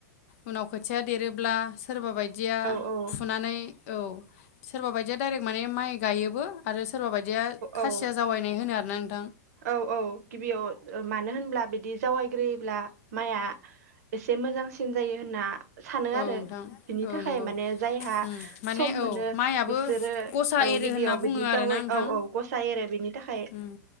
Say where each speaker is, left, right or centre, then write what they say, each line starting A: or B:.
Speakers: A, on the left (about 55°); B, on the right (about 60°).
A: उनाव खोथिया देरोब्ला सोरबा बायदि दिया
B: औ औ
A: फुनानै औ सोरबा बायदिया दडाइरेक्ट माने माइ गायोबो आरो सोरबा बायदिया खासिया
B: औ
A: जावैनाय होनो आरो ओम
B: औ औ गिबियाव ओ मानो होनब्ला बिदि जावाय ग्रोयोब्ला माइआ एसे मोजांसिन जायो होनना सानो
A: औ
B: आरो
A: नोंथां
B: बिनि
A: औ
B: थाखाय
A: नंगौ
B: माने जायहा
A: उम माने
B: सम
A: औ
B: मोनो
A: माइआबो
B: बिसोरो
A: गसा
B: औ
A: एरो
B: गिबियाव
A: होनना बुङो
B: बिदि जावै
A: आरोना नोंथां
B: औ औ गसाइ एरो बिनि थाखाय
A: उम